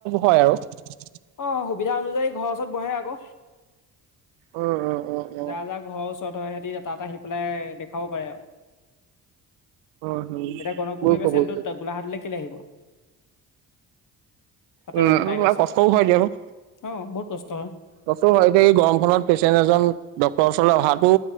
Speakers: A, on the right (about 70°); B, on the left (about 45°).
A: হয় আৰু।
B: অ', সুবিধা অনুযায়ী ঘৰৰ ওচৰত বহে আকৌ
A: উম উম। উম উম।
B: যা-যা ঘৰৰ ওচৰত হয় সিহঁতি তাত আহি পেলাই দেখাব পাৰে আৰু
A: উম হম
B: এতিয়া গণপুখুৰী
A: বুজিছোঁ
B: পছেনটোত
A: বুজিছোঁ
B: গোলাঘাটলৈ কেলৈ আহিব তাতে
A: উম
B: যদি পাই
A: ম
B: গৈছে।
A: কষ্টও হয় দিয়া চোন
B: অ', বহুত কষ্ট হয়,
A: কষ্ট‌ও হয় এতিয়া এই গৰমখনত পেচেন্ট এজন ডক্তৰ ওচৰলৈ অহাটো